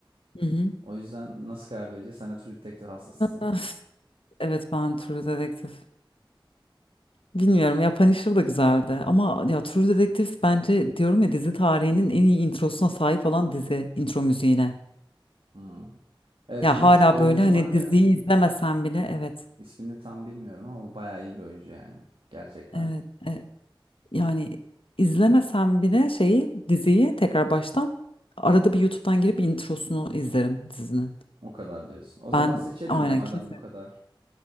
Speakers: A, on the left (about 80°); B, on the right (about 75°).
A: Hı hı.
B: o yüzden nasıl karar vereceğiz? Sen de True Detective hastasısın.
A: Öf, evet ben True Detective. Bilmiyorum ya Punisher da güzeldi ama ya True Detective bence diyorum ya dizi tarihinin en iyi introsuna sahip olan dizi intro müziğine.
B: Hmm. Evet
A: Ya
B: hele
A: hala
B: şu oyuncu
A: böyle hani
B: var ya.
A: diziyi izlemesen bile evet
B: İsmini tam bilmiyorum ama bu bayağı iyi bir oyuncu yani. Gerçekten.
A: evet e, yani izlemesen bile şeyi diziyi tekrar baştan arada bir YouTube'dan girip introsunu izlerim dizinin.
B: O kadar diyorsun. O zaman
A: Ben
B: seçelim
A: aynen
B: ya madem
A: kesin,
B: bu kadar.